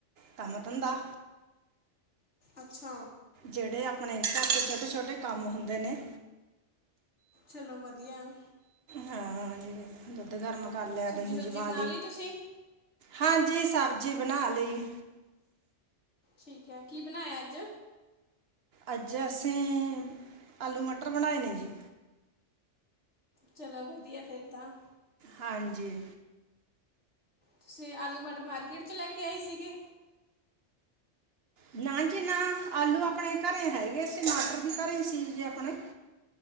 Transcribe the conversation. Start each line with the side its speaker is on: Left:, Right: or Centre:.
Right: ਕੰਮ ਧੰਦਾ।
Left: ਅੱਛਾ।
Right: ਜਿਹੜੇ ਆਪਣੇ ਘਰ ਦੇ ਛੋਟੇ -ਛੋਟੇ ਕੰਮ ਹੁੰਦੇ ਨੇ।
Left: ਚਲੋ, ਵਧੀਆ।
Right: ਹਾਂ, ਦੁੱਧ ਗਰਮ ਕਰ ਲਿਆ
Left: ਸਬਜ਼ੀ
Right: ਦਹੀਂ
Left: -ਸੁਬਜੀ
Right: ਜਮਾ
Left: ਬਣਾ ਲਈ ਤੁਸੀਂ?
Right: ਹਾਂਜੀ, ਸਬਜ਼ੀ ਬਣਾ ਲਈ।
Left: ਠੀਕ ਹੈ, ਕੀ ਬਣਾਇਆ ਅੱਜ?
Right: ਅੱਜ ਅਸੀਂ, ਆਲੂ ਮਟਰ ਬਣਾਏ ਨੇ ਜੀ।
Left: ਚਲੋ ਵਧੀਆ, ਫਿਰ ਤਾਂ
Right: ਹਾਂਜੀ।
Left: ਤੁਸੀਂ ਆਲੂ ਮਟਰ ਮਾਰਕੀਟ ਚ ਲੈ ਕੇ ਆਏ ਸੀਗੇ?
Right: ਨਾ ਜੀ ਨਾ, ਆਲੂ ਆਪਣੇ ਘਰੇ ਹੈਗੇ ਸੀ ਟਮਾਟਰ ਵੀ ਘਰੇ ਸੀ ਜੇ ਆਪਣੇ।